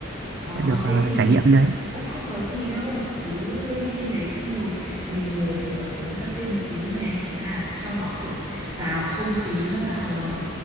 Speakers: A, on the right; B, on the right.
A: ờ
B: phải được
A: thế
B: à,
A: thì
B: trải nghiệm cái đấy
A: cũng không có gì đâu cứ lên trên đấy xong rồi mình ngồi ờ, uống cà phê một tí này thế là cho nó kiểu vào không khí nó vào ờ,